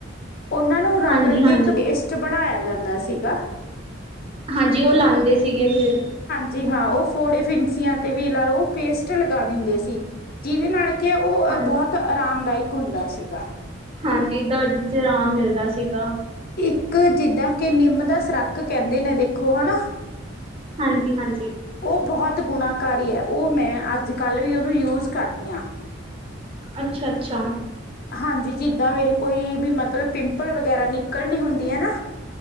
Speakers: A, on the left (about 50°); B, on the right (about 30°).
A: ਉਹਨਾਂ ਨੂੰ ਰਗੜ
B: ਹਾਂਜੀ,
A: ਕੇ,
B: ਹਾਂਜੀ,
A: ਇੱਕ ਪੇਸਟ ਬਣਾਇਆ ਜਾਂਦਾ ਸੀਗਾ।
B: ਹਾਂਜੀ, ਉਹ ਲਾਉਂਦੇ ਸੀਗੇ ਫਿਰ।
A: ਜੀ ਹਾਂ, ਉਹ ਫੋੜੇ ਫਿਨਸੀਆਂ ਤੇ ਵੀ ਲਾ ਲਓ, ਉਹ ਪੇਸਟ ਲਗਾ ਦਿੰਦੇ ਸੀ। ਜਿਹਦੇ ਨਾਲ ਕਿ ਉਹ
B: ਹਾਂਜੀ।
A: ਬਹੁਤ, ਆਰਾਮਦਾਇਕ ਹੁੰਦਾ ਸੀਗਾ।
B: ਹਾਂਜੀ, ਦਰਦ 'ਚ ਆਰਾਮ ਮਿਲਦਾ ਸੀਗਾ।
A: ਇੱਕ ਜਿੱਦਾਂ ਕਿ ਨਿੰਮ ਦਾ ਸਰਾੱਕ ਕਹਿੰਦੇ ਨੇ ਦੇਖੋ, ਹਨਾ।
B: ਹਾਂਜੀ, ਹਾਂਜੀ।
A: ਉਹ ਬਹੁਤ ਗੁਣਾਕਾਰੀ ਹੈ। ਉਹ ਮੈਂ ਅੱਜ ਕੱਲ੍ਹ ਵੀ, ਉਹਦਾ ਯੂਜ਼ ਕਰਦੀ ਹਾਂ।
B: ਅੱਛਾ, ਅੱਛਾ।
A: ਹਾਂਜੀ, ਜਿੱਦਾਂ ਮੇਰੇ ਕੋਈ ਵੀ ਮਤਲਬ, ਪਿੰਪਲ ਵਗੈਰਾ ਨਿਕਲਣੀ ਹੁੰਦੀ ਹੈ ਨਾ